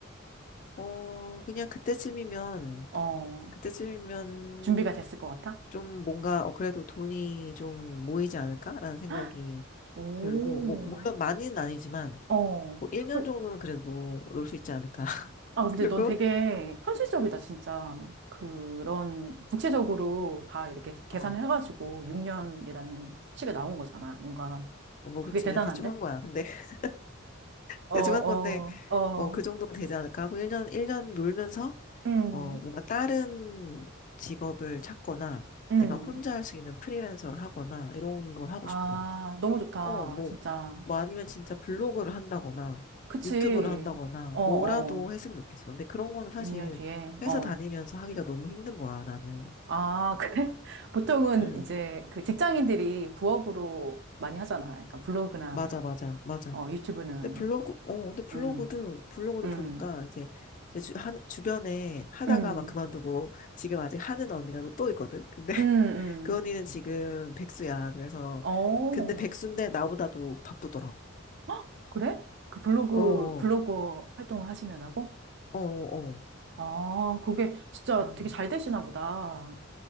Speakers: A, on the left; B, on the right.
A: 어 그냥 그때쯤이면
B: 어,
A: 그때쯤이면
B: 준비가 됐을 것 같아?
A: 좀 뭔가 어 그래도 돈이 좀 모이지 않을까라는 생각이
B: 헉, 오,
A: 들고 뭐 물론 많이는 아니지만
B: 어.
A: 뭐 1년
B: 어,
A: 정도는 그래도 놀 수 있지 않을까. <laughs>
B: 아, 근데
A: 그리고
B: 넌 되게 현실적이다, 진짜. 그런, 구체적으로 다 이렇게 계산을
A: 어뭐
B: 해가지고 6년이라는 수치가 나온 거잖아, 뭔가. 그게
A: 그치
B: 대단한데?
A: 그냥 대충 한 거야. 근데 <laughs>
B: 어,
A: 대충
B: 어,
A: 한 건데
B: 어,
A: 어 그 정도는 되지 않을까 하고 1년 일 년 놀면서
B: 음,
A: 어 뭔가 다른 직업을 찾거나
B: 음.
A: 내가 혼자 할 수 있는 프리랜서를 하거나 이런 걸 하고
B: 아,
A: 싶어.
B: 너무 좋다,
A: 어, 뭐,
B: 진짜.
A: 뭐 아니면 진짜 블로그를 한다거나
B: 그치.
A: 유튜브를 한다거나
B: 어, 어.
A: 뭐라도 했으면 좋겠어. 근데 그런 거는 사실
B: 6년 뒤에,
A: 회사
B: 어.
A: 다니면서 하기가 너무 힘든 거야, 나는.
B: 아, 그래? <laughs> 보통은
A: 응,
B: 이제 그 직장인들이 부업으로 많이 하잖아. 약간 블로그나,
A: 맞아, 맞아, 맞아.
B: 어, 유튜브는.
A: 근데 블로그, 어, 근데 블로그도,
B: 음,
A: 블로그도
B: 음,
A: 보니까 이제 내 주, 한, 주변에 하다가
B: 음.
A: 막 그만두고 지금 아직 하는 언니가 또또 있거든? 근데 <laughs>
B: 음,
A: 그 언니는
B: 음.
A: 지금 백수야. 그래서
B: 어,
A: 근데 백수인데 나보다도 바쁘더라고.
B: 헉, 그래? 그 블로그,
A: 어, 어,
B: 블로거 활동을 하시느라고?
A: 어, 어. 어.
B: 아, 그게 진짜
A: 음.
B: 되게 잘 되시나 보다.